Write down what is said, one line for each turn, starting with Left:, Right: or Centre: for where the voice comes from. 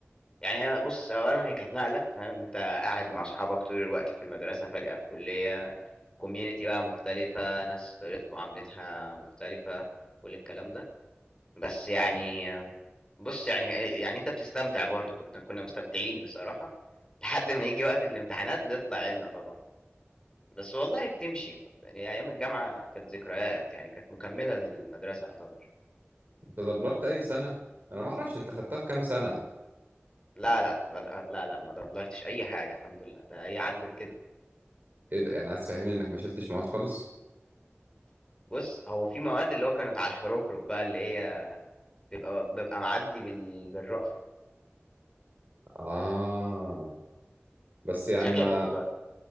Left: يعني هي بُص، أولًا هي كانت نقلة فاهم، إن أنت قاعد مع أصحابك طول الوقت في المدرسة، فجأة في كُلّية community بقى مختلفة، ناس طريقة معاملتها مختلفة، كل الكلام ده. بس يعني بُص، يعني آآ يعني أنت بتستمتع برضه، كنت كُنّا مستمتعين بصراحة، لحد ما ييجي وقت الامتحانات بيطلع عيننا طبعًا. بس والله بتمشي برضه، يعني أيام الجامعة كانت ذكريات، يعني كانت مكمّلة للمدرسة يعتبر.
Right: أنت دبلرت أي سنة أنا ما أعرفش أنت خدتها في كام سنة
Left: لا، لأ، لا، لأ، ما دبلرتش أي حاجة الحمد لله، ده هي عدِّت كده.
Right: إيه ده يعني عايز تفهمني إنك ما شلتش مواد خالص
Left: بُص، هو في مواد اللي هو كانت على الحُرُكرُك بقى اللي هي بيبقى بابقى معدّي بال بالرأفة.
Right: آه بس يعني
Left: شكلك
Right: ما
Left: دبّلرة.